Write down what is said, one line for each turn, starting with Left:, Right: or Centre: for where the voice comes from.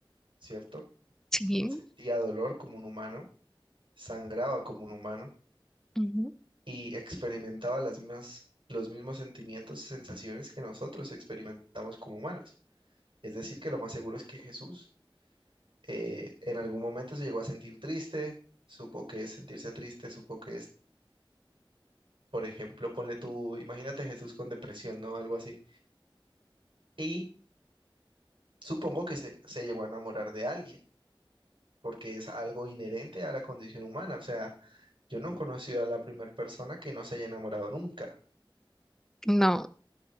Right: ¿cierto?
Centre: Sí.
Right: Sentía dolor como un humano, sangraba como un humano
Centre: ujú.
Right: y experimentaba las mismas, los mismos sentimientos, sensaciones que nosotros experimentamos como humanos. Es decir, que lo más seguro es que Jesús eh, en algún momento se llegó a sentir triste, supo que es sentirse triste, supo que es, por ejemplo, ponle tú, imagínate Jesús con depresión, ¿no? Algo así. Y supongo que se, se llegó a enamorar de alguien, porque es algo inherente a la condición humana, o sea Yo no he conocido a la primera persona que no se haya enamorado nunca.
Centre: No.